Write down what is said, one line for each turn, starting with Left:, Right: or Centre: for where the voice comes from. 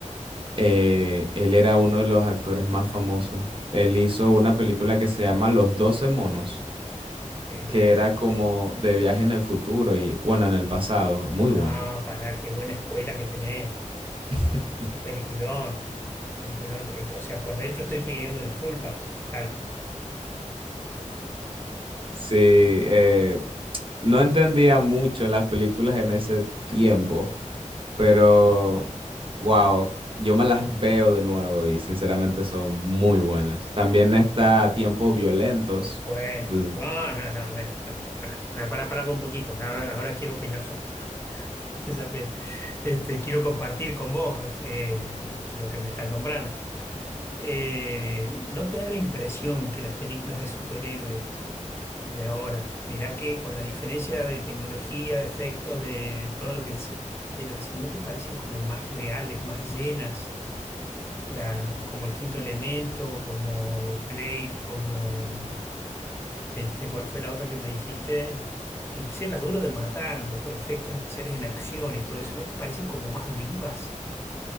Right: eh, él era uno de los actores más famosos. Él hizo una película que se llama Los doce monos,
Left: Sí.
Right: que era como de viaje en el futuro y bueno, en el pasado, muy
Left: No,
Right: buena.
Left: pará, qué buena escuela que tenés.
Right: <laughs>
Left: Peliculón. Peliculón. Este, O sea, por dentro estoy pidiendo disculpas. Dale.
Right: Sí, eh, no entendía mucho las películas en ese tiempo, pero wow, yo me las veo de nuevo y sinceramente son muy buenas. También está Tiempos Violentos.
Left: Bueno.
Right: Mm.
Left: No, no, no, bueno. Pará, pará, pará, pará pará un poquito. Ahora, ahora quiero opinar sobre. <laughs> esa me- Este, quiero compartir con vos eh, lo que me estás nombrando. Eh, ¿no te da la impresión que las películas de superhéroes de ahora. Mirá que con la diferencia de tecnología, de efectos, de todo lo que se quiera decir, ¿no te parecen como más reales, más llenas? La, como el quinto elemento, como Blade, como este, ¿cuál fue la otra que me dijiste? Inclusive las duro de matar, los efectos especiales en acción y todo eso, ¿no te parecen como más vivas?